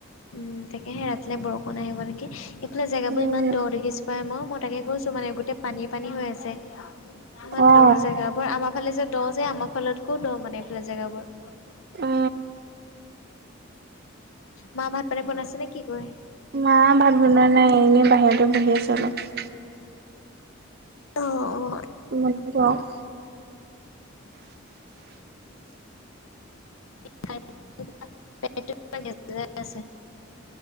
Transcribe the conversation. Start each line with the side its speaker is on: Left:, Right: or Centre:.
Left: উম তাকে সে ৰাতিলে বৰষুণ আহিব নেকি এইফালে জেগাবোৰ
Right: উম
Left: ইমান দৰ দেখিছো পাই মই, মই তাকে কৈছো মানে গোটেই পানী পানী হৈ আছে ইমান
Right: অ
Left: দহ জেগা বোৰ আমাৰ ফালে যে দ' যে আমাৰ ফালতকো দ'মানে এইফালে জেগাবোৰ
Right: অ
Left: মা ভাত-পানী বনাইছে নে কি কয়
Right: মা ভাত বনোৱা নাই এনেই বাহিৰতে বহি আছে অলপ
Left: অ অ
Right: <unintelligible>
Left: <unintelligible>